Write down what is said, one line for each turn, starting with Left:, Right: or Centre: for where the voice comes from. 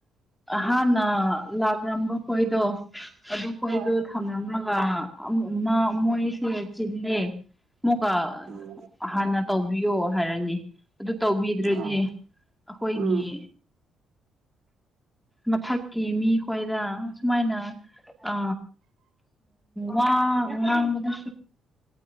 Centre: ꯍꯥꯟꯅ ꯂꯥꯛꯂꯝꯝꯕ ꯍꯣꯏꯗꯣ ꯑꯗꯨ ꯍꯣꯏꯗꯣ
Right: ꯍꯣꯏ
Centre: ꯊꯝꯅꯔꯝꯂ ꯃꯥ ꯑꯃꯣꯌꯁꯤ ꯆꯂꯦ ꯃꯈ
Right: ꯎꯝ
Centre: ꯍꯥꯟꯅ ꯇꯧꯕꯤꯌꯣ ꯍꯥꯏꯔꯅꯤ ꯑꯗꯨ ꯇꯧꯕꯤꯗ꯭ꯔꯗꯤ
Right: ꯑꯣ
Centre: ꯑꯩꯈꯣꯏꯒꯤ
Right: ꯎꯝ
Centre: ꯃꯊꯛꯀꯤ ꯃꯤꯈꯣꯏꯗ ꯁꯨꯃꯥꯏꯅ ꯑ ꯋꯥ ꯋꯥꯝꯕꯗ